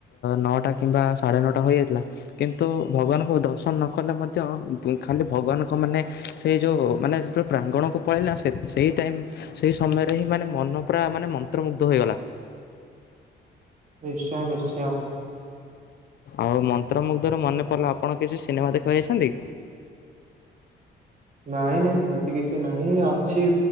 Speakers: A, on the left; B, on the right.
A: ନଅଟା କିମ୍ବା ସାଢ଼େ ନଅଟା ହୋଇଯାଇଥିଲା କିନ୍ତୁ ତ ଭଗବାନଙ୍କୁ ଦର୍ଶନ ନ କଲେ ମଧ୍ୟ ଖାଲି ଭଗବାନଙ୍କ ମାନେ ସେଇ ଯୋଉ ମାନେ ଯେତେବେଳେ ପ୍ରାଙ୍ଗଣକୁ ପଳେଇଲା ସେଇ ଟାଇମ ସେଇ ସମୟରେ ହିଁ ମାନେ ମନ ପୁରା ମାନେ ମନ୍ତ୍ରମୁଗ୍ଧ ହେଇଗଲା।
B: ନିଶ୍ଚୟ ନିଶ୍ଚୟ।
A: ଆଉ ମନ୍ତ୍ରମୁୁଗ୍ଧରୁ ମନେ ପଡିଲା ଆପଣ କିଛି ସିନେମା ଦେଖବାକୁ ଯାଇଛନ୍ତି?
B: ନାଇଁ ନାଇଁ ସେମିତି କିଛି ନାହିଁ ଅଛି